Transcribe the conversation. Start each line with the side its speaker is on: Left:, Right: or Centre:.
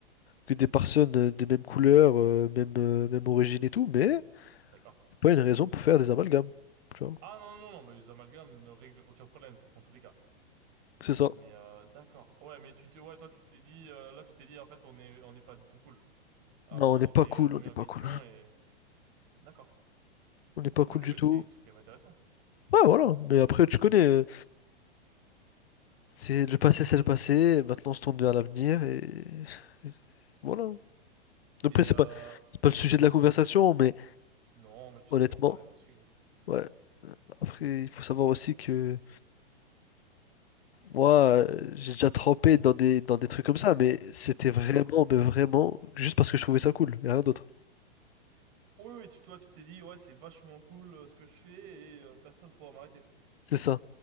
Left: que des personnes euh, des mêmes couleurs, euh, même, euh, même origine et tout, mais
Right: D'accord.
Left: c'est pas une raison pour faire des amalgames, tu vois.
Right: Ah, non, non, non, mais les amalgames ne règlent aucun problème, dans tous les cas.
Left: C'est ça.
Right: Mais, euh, d'accord. Ouais, mais tu t'es, ouais, toi, tu t'es dit, euh, là, tu t'es dit, en fait, on est, on n'est pas du tout cool. À
Left: Non,
Right: un moment,
Left: on n'est
Right: tu
Left: pas
Right: t'es
Left: cool,
Right: remis
Left: on n'est
Right: en
Left: pas
Right: question
Left: cool.
Right: et, d'accord.
Left: On n'est pas cool
Right: Ok,
Left: du
Right: mais
Left: tout.
Right: c'est, c'est quand même intéressant.
Left: Ouais, voilà. Mais après, tu connais, euh, c'est le passé, c'est le passé. Maintenant, on se tourne vers l'avenir et... et voilà. Après,
Right: Et,
Left: c'est
Right: euh,
Left: pas, c'est pas le sujet de la conversation, mais
Right: non, mais tu
Left: honnêtement,
Right: sais, on peut en parler aussi.
Left: ouais. Après, il faut savoir aussi que moi, euh, j'ai déjà trempé dans des, dans des trucs comme ça, mais c'était vraiment,
Right: D'accord?
Left: mais vraiment, juste parce que je trouvais ça cool, et rien d'autre.
Right: Oui, oui, tu, toi, tu t'es dit, ouais, c'est vachement cool euh, ce que je fais et euh, personne ne pourra m'arrêter.
Left: C'est ça.